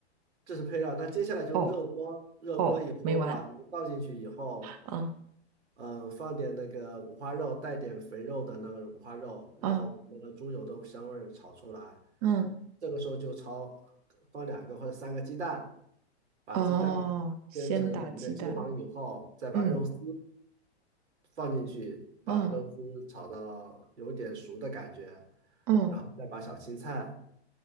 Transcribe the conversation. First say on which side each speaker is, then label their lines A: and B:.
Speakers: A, on the right (about 75°); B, on the right (about 35°).
A: 这是配料。那接下来就是热锅，
B: 哦
A: 热锅以后把油倒进去以后，
B: 哦，没完。嗯
A: 嗯，放点那个五花肉，带点肥肉的那个五花肉，然后把那个猪油的香味儿炒出来。
B: 嗯嗯，
A: 这个时候就炒，放两个或者三个鸡蛋，把鸡蛋
B: 哦，先打鸡蛋。
A: 煎成两面金黄以后，再把肉丝
B: 嗯
A: 放进去，把肉丝炒到有点熟的感觉，
B: 嗯嗯
A: 然后再把小青菜